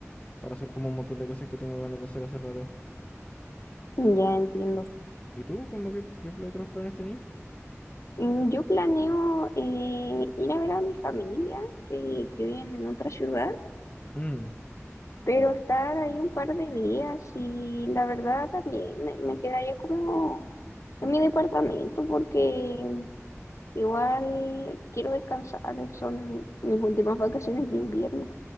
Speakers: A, on the left; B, on the left.
A: para hacer como un montón de cosas que tengo ganas de hacer hace rato.
B: ya entiendo.
A: ¿Y tú? ¿Cómo que qué qué otros planes tenías?
B: Mm, Yo planeo eh, ir a ver a mi familia, que, que viven en otra ciudad,
A: Mm,
B: pero estar ahí un par de días y la verdad también me me quedaría como en mi departamento porque igual quiero descansar, son mis últimas vacaciones de invierno.